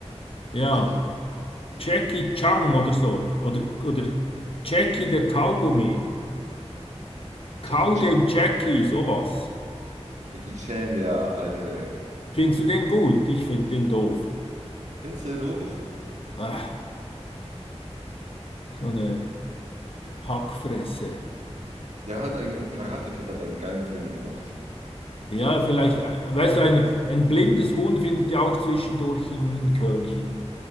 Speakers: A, on the left; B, on the right.
A: Ja,
B: Jackie.
A: Jackie Chang oder so. Oder, oder Jackie der Kaugummi. Kau
B: Jackie Chan.
A: den Jackie, sowas.
B: Jackie Chan, der alte.
A: Findest du den gut? Ich finde den doof.
B: Kennst du den Ruf?
A: Ah, so eine Hackfresse.
B: Der hat einen Karate Kid, hat einen geilen Film gemacht.
A: Ja, vielleicht, äh, weißt du, ein, ein blindes Huhn findet ja auch zwischendurch ein, ein Körnchen.